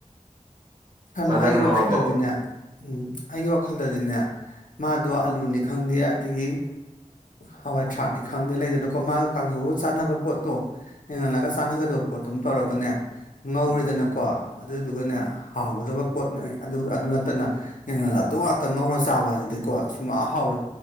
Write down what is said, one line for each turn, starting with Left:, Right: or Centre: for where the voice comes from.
Left: ꯁ
Right: ꯆꯥꯟꯅꯅ
Left: ꯑꯩꯒꯤ
Right: ꯍꯧꯔꯝꯃꯕ
Left: ꯋꯥꯈꯜꯗꯗꯤꯅꯦ ꯎꯝ ꯑꯩꯒꯤ ꯋꯥꯈꯜ ꯑꯗꯨꯗꯤꯅꯦ ꯃꯥꯗꯣ ꯑꯂꯨꯅꯤ ꯈꯪꯗꯦ ꯑꯗꯒꯤ ꯍꯋꯥꯏ ꯊꯔꯥꯛꯅꯤ ꯈꯪꯗꯦ ꯂꯩꯗꯅꯀꯣ ꯃꯥꯒ ꯀꯥꯡꯈꯧꯒ ꯆꯥꯅꯕ ꯄꯣꯠꯇꯣ ꯌꯦꯡꯍꯜꯂꯒ ꯆꯥꯟꯅꯒꯗꯕ ꯄꯣꯠꯇꯣꯝ ꯇꯧꯔꯒꯅꯦ ꯉꯧꯔꯦꯗꯅꯀꯣ
Right: ꯎꯝ
Left: ꯑꯗꯨꯗꯨꯒꯅꯦ
Right: ꯎꯝ
Left: ꯍꯥꯎꯒꯗꯕ ꯄꯣꯠꯅꯤ ꯑꯗꯨ ꯑꯗꯨ ꯅꯠꯇꯅ ꯌꯦꯡꯉꯜ ꯑꯗꯨ ꯉꯥꯛꯇ ꯉꯧꯔ ꯆꯥꯕ ꯍꯥꯏꯗꯨꯗꯤꯀꯣ ꯁꯨꯡꯍ ꯍꯥꯎꯔꯣꯏ